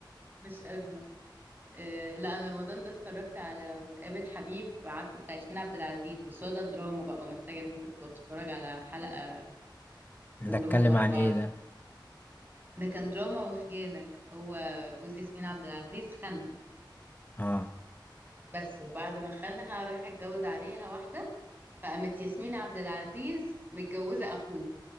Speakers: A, on the right; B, on the left.
A: مش ازمه آه لا انا رمضان ده اتفرجت على وتقابل حبيب عارفه بتاع ياسمين عبد العزيز بس هو ده دراما بقى ومحتاجه ان انت تبقى تتفرج على حلقه كلهم
B: ده اتكلم
A: ورا
B: عن
A: بعض
B: ايه ده
A: ده كان دراما وخيانه هو جوز ياسمين عبد العزيز خانها
B: اه
A: بس وبعد ما خانها راح اتجوز عليها واحده فقامت ياسمين عبد العزيز متجوزة أخوه